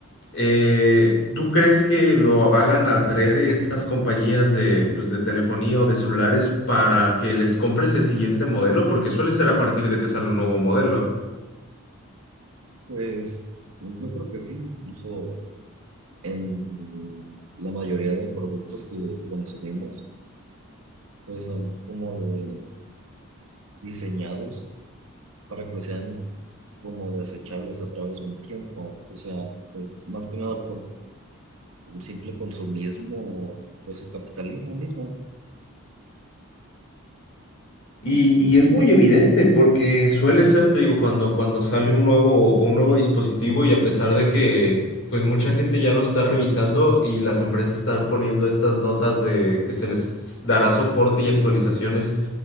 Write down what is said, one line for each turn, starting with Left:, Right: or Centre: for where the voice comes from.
Left: Eh, ¿tú crees que lo hagan adrede estas compañías de, pues, de telefonía o de celulares para que les compres el siguiente modelo? Porque suele ser a partir de que sale un nuevo modelo.
Right: pues yo creo que sí incluso en la mayoría de productos que consumimos pues son como de diseñados para que sean como desechables a través de un tiempo o sea pues más que nada el simple consumismo, o pues el capitalismo mismo.
Left: Y, y es muy evidente porque suele ser, te digo, cuando, cuando sale un nuevo, un nuevo dispositivo y a pesar de que pues mucha gente ya lo está revisando y las empresas están poniendo estas notas de que se les dará soporte y actualizaciones